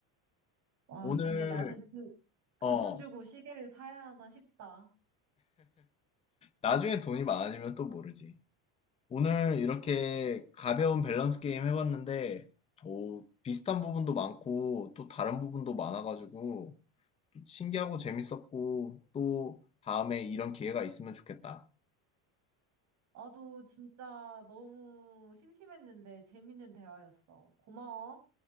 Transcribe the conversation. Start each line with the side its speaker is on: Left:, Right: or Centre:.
Right: 와,
Left: 오늘,
Right: 근데 나는 그, 그
Left: 어,
Right: 돈 주고 시계를 사야 하나 싶다.
Left: 나중에 돈이 많아지면 또 모르지. 오늘 이렇게 가벼운 밸런스 게임 해봤는데, 오, 비슷한 부분도 많고 또 다른 부분도 많아가지고 신기하고 재밌었고 또 다음에 이런 기회가 있으면 좋겠다.
Right: 나도 진짜 너무 심심했는데 재밌는 대화였어. 고마워.